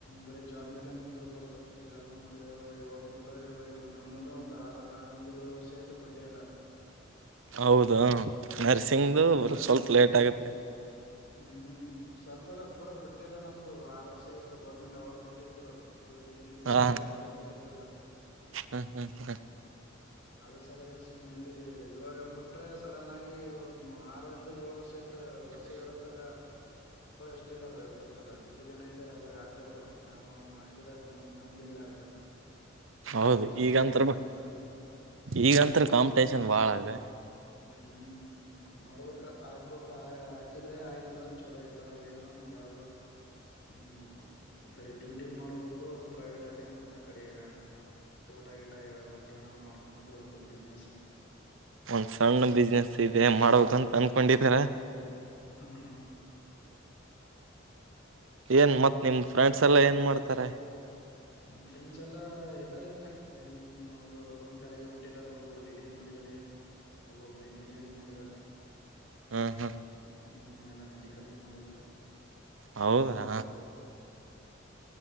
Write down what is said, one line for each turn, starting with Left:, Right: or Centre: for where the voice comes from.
Left: ಬರೀ ಜಾಬ್ ಮೇಲೆ ಅಂತ ಕುಂದ್ರಬಾರ್ದ ಜಾಬ್ ಅಂತ ಯಾವಾಗ ಯಾವಾಗ್ ಬಿಡ್ತಾರೆ ಯಾವಾಗ ಲ್ಲ ನಮ್ದಂದ್ರೆ ಒಂದ್ ಆರ ಆರಿಂದ ಏಳು ವರ್ಷ ಆಯ್ತು ಬಟ್ಟೆ ಎಲ್ಲ
Right: ಹೌದ ನರ್ಸಿಂಗ್ದು
Left: ಹ್ಮ್ ಇವಾಗ
Right: ಸ್ವಲ್ಪ ಲೇಟ್ ಆಗುತ್ತೆ
Left: ಹ್ಮ್ ಸ್ವಲ್ಪ ಎಲ್ಲ ಪೂರಾ ಬುಟ್ಟೆಲ್ಲ ನಮ್ದು ಆರು ವರ್ಷ ಆಗಿತ್ತು ಗೌರ್ಮೆಂಟ್ ಅವಾಗ ಬುಟ್ಟಿದ್ದು ಇವ ತಿರಿಗೆಗ
Right: ಹಾ
Left: ಈಗ ತಕ ಬಟ್ಟೆ ಎಲ್ಲ
Right: ಹ್ಮ್ ಹ್ಮ್ ಹ್ಮ್
Left: ಅದ ಸಲಯಾಗ ಸುಮ್ಮನೆ ಇಲ್ಲಿ ಇವಾಗ ಬಿಟ್ರೆ ಸಡನ್ ಆಗಿ ಇ ಆರಂದ ಏಳ ವರ್ಷ ಆಯ್ತ ವರ್ಷ ಇರತ್ತಾಗ ಷ್ಟ ಇದ್ದಾರ ಗೊತ್ತಲ್ಲ ಜಿಗ್ಗಿ ಜನ ಇದಾರ ಅದ್ರಾಗ ಹಾಕೋರು ಹಾಕಿದಾಗ ಮತ್ತತ್ ನಮ್ದ ಎಲ್ಲಿ ಆಗತ್ತ
Right: ಹೌದು
Left: ಕಾಂಪಿಟೇಷನ್
Right: ಈಗತ್
Left: ಬಾಳ ಇದೆ ನಮ್ರಾಗ
Right: ಈಗಂತ ಕಾಂಪಿಟೇಷನ್ ಬಾಳ ಅದ
Left: ಹ್ಮ್ ಹ್ಮ ನೋಡ್ಬೇಕ ಆಕ್ಬೇಕು ಆ ಹಾಕಿದ್ರೆ ಆಯ್ತ ಅಂದ್ರೆ ಚಲೋ ಆಯ್ತು ಆಗ್ಲ ಏನಂದ್ರೆ ಮತ್ತತ್ ಯಾವ್ದು ಹ್ಮ್ ಈ ಕಡೆ ಡ್ಯೂಟಿನ್ ಮಾಡ್ಬೇಕು ಪ್ರೈವೇಟ್ ಅಲ್ಲಿ ಮತ್ತ ಅ ಕಡೆ ಕೋಟ ಗಿಟ ಮತ್ತೆ ಏನೋ ಮಾಡ್ಕೊಂಡು ಕುಂದರ್ಬೇಕು ಬಿಸ್ನೆಸ್
Right: ಒಂದ್ ಸಣ್ಣ ಬಿಸ್ನೆಸ್ ಇದೆ ಮಾಡ್ಬೇಕ ಅಂತ ಅನ್ಕೊಂಡಿದರ
Left: ಹ ಹಾ
Right: ಏನ್ ಮತ್ತ್ ನಿಮ್ ಫ್ರೆಂಡ್ಸ್ ಎಲ್ಲ ಏನ್ ಮಾಡ್ತಾರೆ
Left: ನಮ್ ಫ್ರೆಂಡ್ಸ್ ಎಲ್ಲಾ ಇದ್ದಾರೆ ಇಲ್ಲ ಅವ್ರು ಅವ್ರನ್ನ ಕಾಲೇಜ್ ಹೊಂಟಿದಿದ್ದಾರೆ ಒಬ್ಬರು ಡಿಗ್ರಿ ಮಾಡಿದ್ದಾರೆ ಒಬ್ಬೊಬ್ರು ಇಂಜಿನಿಯರಿಂಗ್ ಮಾಡಿದ್ದಾರೆ.
Right: ಹ್ಮ್ ಹ್ಮ್
Left: ಹ್ಮ್ ಎಲ್ಲ ಮೆಡಿಕಲ್ ಮಾಡಿದಿದ್ದಾರೆ.
Right: ಹೌದಾ